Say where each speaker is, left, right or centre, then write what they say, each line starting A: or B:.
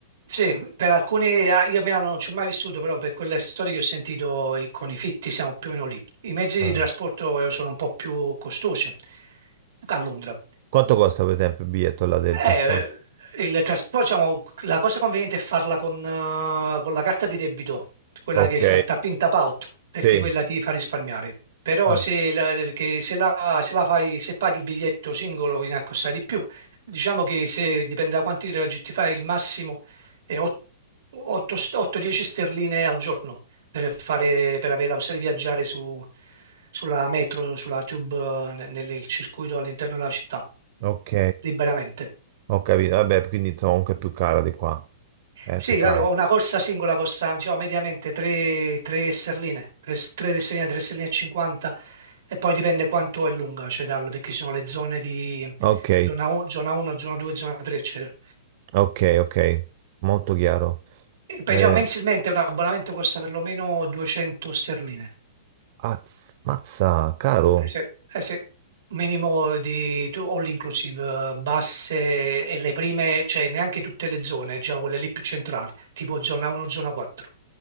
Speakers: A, on the right; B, on the right.
A: Sì, per alcuni, ah, io a Milano non ci ho mai vissuto, però per quelle storie che ho sentito i- con i fitti siamo più o meno lì. I mezzi
B: Ah.
A: di trasporto eh, sono un po' più costosi a Londra.
B: Quanto costa per esempio il biglietto là del
A: Eh,
B: trasporto?
A: il trasporto, diciamo, la cosa conveniente è farla con, eh, con la carta di debito, quella
B: Ok,
A: che fa il tap in tap out, perché
B: sì,
A: quella ti fa risparmiare. Però
B: Ah,
A: se la, che se la- se la fai, se paghi il biglietto singolo viene a costare di più. Diciamo che se dipende da quanti traghetti fai, il massimo è 8-10 sterline al giorno per fare, per avere la possibilità di viaggiare su- sulla metro, sulla tube, eh, nel nel circuito all'interno della città,
B: ok,
A: liberamente.
B: ho capito, vabbè, quindi sono anche più cara di qua, è
A: Sì,
B: più cara.
A: vabbè, ho una corsa singola, costa, diciamo, mediamente 3, sterline, 3, sterline, 3 sterline e 50, e poi dipende quanto è lunga, cioè dal, perché ci sono le zone di
B: Ok,
A: zona 1, zona 1, zona 2, zona 3, eccetera.
B: ok, ok, molto chiaro.
A: E, per-
B: Eh,
A: diciamo, mensilmente un abbonamento costa perlomeno 200 sterline,
B: azz- mazza, caro,
A: eh sì, eh sì. Minimo di tu- all inclusive, eh, basse e le prime, cioè neanche tutte le zone, diciamo quelle lì più centrali, tipo zona 1, zona 4.